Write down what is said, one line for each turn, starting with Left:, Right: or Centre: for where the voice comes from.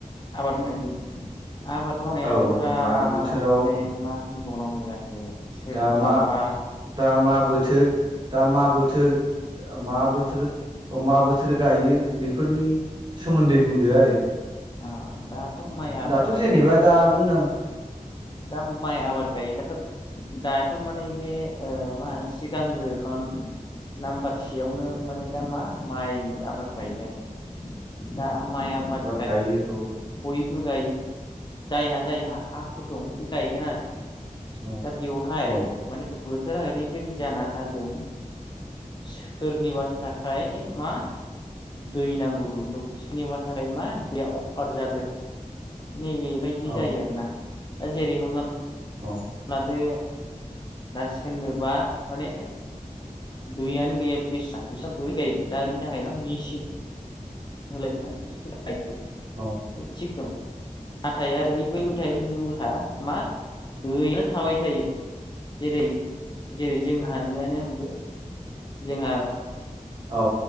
Left: आबाद मावनायनि आबाद मावनायाथ'
Right: औ
Left: दाने
Right: मा बोथोराव
Left: मा होनबावनांगौ ज सोरहाबा
Right: दा मा दा मा बोथोर दा मा बोथोर मा बोथोर अ मा बोथोर गायो बेफोरनि सोमोन्दै बुंदो आरो
Left: आ दाथ' माइ आबाद
Right: दाथ'
Left: गायो।
Right: जेनेबा दा बुंनां
Left: दा माइ आबाद गायो दाथ' दा दाथ' माने बे मा होनो सिगांग्रो नन नाम्बार सेयावनो माने दा मा माइ आबाद गायो आरो।
Right: <unintelligible>
Left: दा माइ आबाद
Right: गायो औ।
Left: बयबो गायो जायहा जायहा हा हु दं बे गायगोन आरो।
Right: औ
Left: दा बेवहाय
Right: औ
Left: माने बो थोरा ओरैबायदि जाना होदों सोरनिबानि थाखाय मा दै नांगौ दुबु सोरनिबा थाखाय मा बे अफार जादों नैबेबायदि
Right: औ
Left: जायो आरोना दा जेरै हमना।
Right: औ
Left: लादो दा सोरनोबा माने दैयानो गैया फिसा फिसा बोरै गायगोन दा बिनि थाखाय मेसिन होलायनानै
Right: औ
Left: थिग दं नाथाय ओरै बैबोथाय बिनि उलहा मा दैआनो थाबाय थायो जेरै जेरै जोंहानियानो होनदो जोंहा
Right: औ